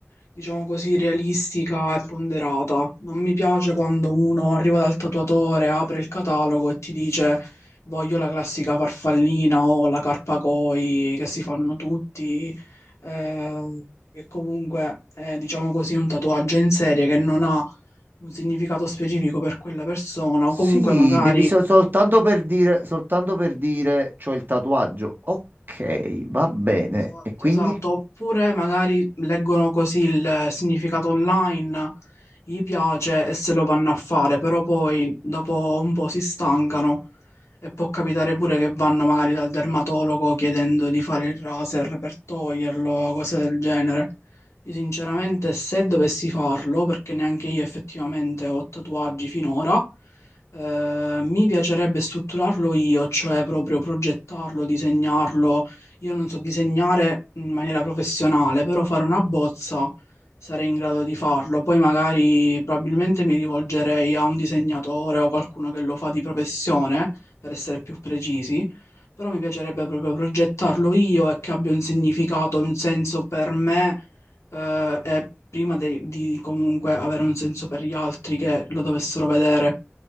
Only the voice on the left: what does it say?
diciamo così, realistica e ponderata. Non mi piace quando uno arriva dal tatuatore, apre il catalogo e ti dice voglio la classica farfallina o la carpa koi che si fanno tutti, eh, che comunque è, diciamo così, un tatuaggio in serie che non ha un significato specifico per quella persona
o comunque magari
Esatto,
esatto. Oppure magari leggono così il significato online, gli piace e se lo vanno a fare, però poi dopo un po' si stancano e può capitare pure che vanno magari dal dermatologo chiedendo di fare il laser per toglierlo, cose del genere. Io sinceramente se dovessi farlo, perché neanche io effettivamente ho tatuaggi finora, eh, mi piacerebbe strutturarlo io, cioè proprio progettarlo, disegnarlo io non so disegnare in maniera professionale, però fare una bozza sarei in grado di farlo. Poi magari probabilmente mi rivolgerei a un disegnatore o qualcuno che lo fa di professione, per essere più precisi, però mi piacerebbe proprio progettarlo io e che abbia un significato, un senso per me eh, e prima de- di comunque avere un senso per gli altri che lo dovessero vedere.